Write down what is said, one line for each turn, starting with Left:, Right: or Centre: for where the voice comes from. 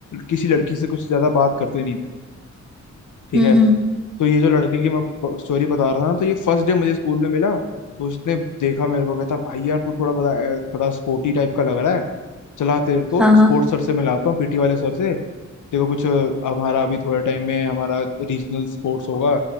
Left: किसी लड़की से कुछ ज्यादा बात करते नहीं थे ठीक
Centre: हम्म
Left: है
Centre: हम्म,
Left: तो ये जो लड़के की मैं स्टोरी बता रहा था ना तो ये फर्स्ट डे मुझे स्कूल में मिला तो उसने देखा मेरे को कहता भाई यार तू थोड़ा बड़ा अ, थोड़ा स्पोर्टी टाइप का लग रहा है चला तेरे को
Centre: हाँ
Left: स्पोर्ट्स
Centre: हाँ
Left: सर से मिलाता हूँ पीटी वाले सर से देखो कुछ अ, हमारा अभी थोड़ा टाइम में हमारा रीजनल स्पोर्ट्स होगा